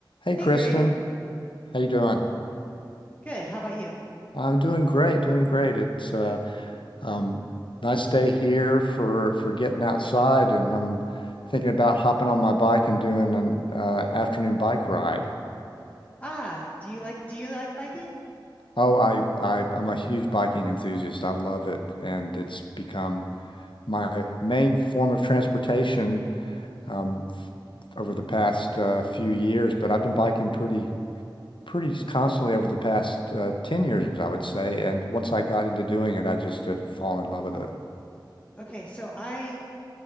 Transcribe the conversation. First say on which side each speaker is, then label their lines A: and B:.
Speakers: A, on the left; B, on the left.
A: Hey
B: Hey
A: Kristen,
B: Greg,
A: how you doing?
B: good. How about you?
A: I'm doing great, doing great. It's uh, um, nice day here for for getting outside, and I'm thinking about hopping on my bike and doing an uh, afternoon bike ride.
B: Ah, do you like do you like biking?
A: Oh, I, I I'm a huge biking enthusiast. I love it, and it's become my main form of transportation um, f over the past uh, few years. But I've been biking pretty pretty constantly over the past uh, 10 years, I would say. And once I got into doing it, I just have fallen in love with it.
B: Okay, so I